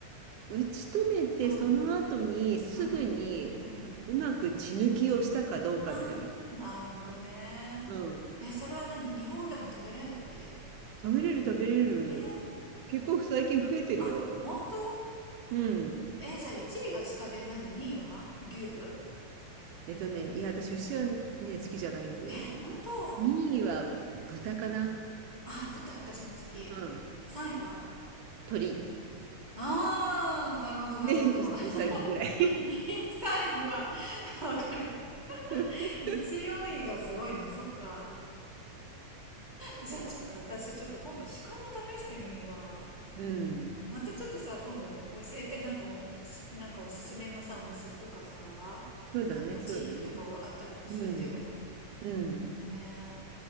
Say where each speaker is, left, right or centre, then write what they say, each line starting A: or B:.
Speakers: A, on the right (about 75°); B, on the right (about 25°).
A: 打ち止めてその後にすぐにうまく血抜きをしたかどうかみたいな。
B: う。うん。うん。うん。ああ、なるほどね。
A: うん。
B: え、それは何日本でも食べれるんだっけ
A: 食べれる食べれる。
B: ええー
A: 結構最近増えてるよ。
B: あ、本当
A: うん。
B: え、え、じゃあ1位が鹿で何 ?2 位は牛う
A: えっとね、いや、私牛はね、
B: ん
A: 好きじゃないんだよね。
B: え、本当
A: 2位は豚かな。
B: あ、豚、私も好き。
A: うん。
B: 3位は
A: 鳥。
B: ああ、なるほど、
A: で、
B: なるほど。
A: う、うさぎぐらい。
B: <laughs> 2位、3位は、わかる。
A: <laughs>
B: 1、4位がすごいね。そっか。じゃあちょっと私、ちょっと今度、鹿も試してみるわ。
A: うん。
B: またちょっとさ、今度教えて、なんかお、すなんかおすすめのさ、お店とかさ、
A: そうだね、
B: なんか地域とかあったら教えてよ。
A: そうだね。うん。うん。
B: ね